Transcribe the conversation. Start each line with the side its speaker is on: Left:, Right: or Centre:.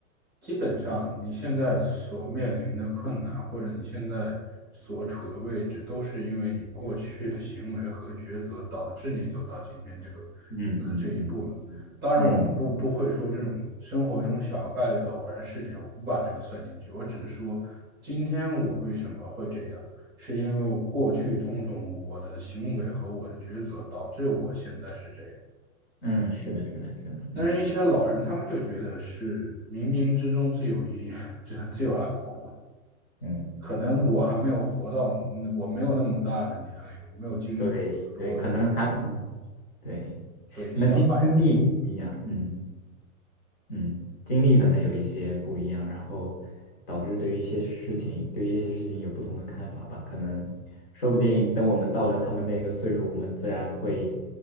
Centre: 基本上你现在所面临的困难，或者你现在所处的位置，都是因为你过去的行为和抉择导致你走到今天这个呃
Left: 嗯嗯嗯
Centre: 这一步了。当然，我不不会说这种生活中小概率的偶然事件，
Left: 嗯
Centre: 我不把这个算进去。我只是说，今天我为什么会这样？是因为我过去种种我的行为和我的抉择导致我现在是这样。
Left: 嗯，是的，是的，是的，
Centre: 但是，
Left: 嗯
Centre: 一些老人他们就觉得是冥冥之中自有意义，<laughs> 自自有安排。
Left: 嗯，
Centre: 可能我还没有活到，嗯我没有那么大的年龄，我没有经历过这么多的人，
Left: 对对，可能还嗯对，
Centre: 所以想法也是。
Left: 那经经历不一样，嗯。嗯，经历可能有一些不一样，然后导致对于一些事情，对于一些事情有不同的看法吧。可能说不定等我们到了他们那个岁数，我们自然会